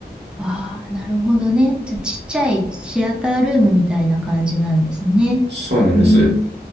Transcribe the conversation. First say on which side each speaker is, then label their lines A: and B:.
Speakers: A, in the centre; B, on the right.
A: ああ、なるほどね。じゃあ、ちっちゃいシアタールームみたいな感じなんですね。
B: そうなんです。
A: うん。